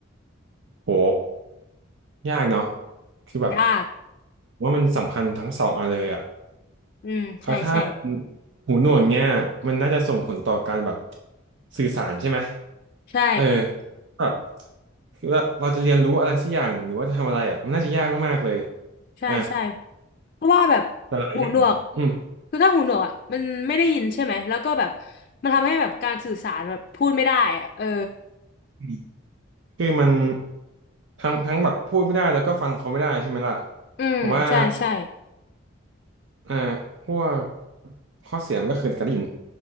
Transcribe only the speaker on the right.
โหยากเนาะคือแบบ
ผมว่ามันสำคัญทั้งสองอันเลยอ่ะ
เออถ้าเป็นหูหนวกเงี้ยมันน่าจะส่งผลต่อการแบบสื่อสารใช่ไหม
เออแบบคือเราเราจะเรียนรู้อะไรสักอย่างหรือว่าจะทำอะไรอ่ะมันน่าจะยากมากๆเลย
อ่ะ
แต่หลายอย่างอืม
อืมคือมันทั้งทั้งแบบพูดไม่ได้แล้วก็ฟังเขาไม่ได้ใช่ไหมล่ะ
ผมว่า อ่าพวกข้อเสียมันก็คือการได้ยิน